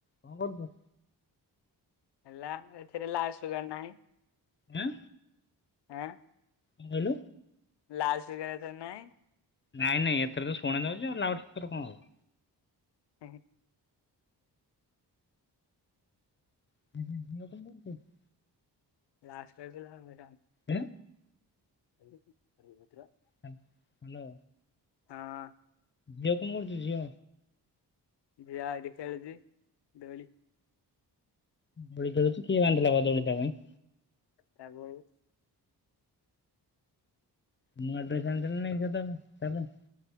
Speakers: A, on the left (about 30°); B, on the left (about 75°).
A: କଣ କରୁଛ?
B: ହେଲା ଏଥିରେ ଲାଲ ସୁୁଗାର ନାହିଁ।
A: ଏଁ।
B: ଆଁ।
A: କଣ କହିଲୁ।
B: ଲାଉଡ଼ ସ୍ପିକର ଏଥିରେ ନାହିଁ।
A: ନାଇଁ ନାଇଁ ଏଥରେ ତ ଶୁଣା ଯାଉଛି ଆଉ ଲାଉଡସ୍ପିକର କଣ ହବ।
B: ହୁଁ।
A: <inaudible>
B: ଲାଷ୍ଟେରେ ପିଲା ମୁଁ ଏକାନ୍
A: ଏଁ।
B: <unintelligible>
A: ହା ହାଲୋ
B: ହଁ।
A: ଯେହେତୁ ମୁଁ <unintelligible> ଝିଅ।
B: ଝିଅ ଏଠି ଖେଳୁଛି ଦୋଳି।
A: ଦୋଳି ଖେଳୁଚି କିଏ ବାନ୍ଧିଲା ପା ଦୋଳି ତାପାଇଁ
B: ତା ବୋଉ।
A: ମୁଁ ଆଣି ଦେଇଥାନ୍ତି ନା ନାଇଁ <unintelligible> ତା ପାଇଁ।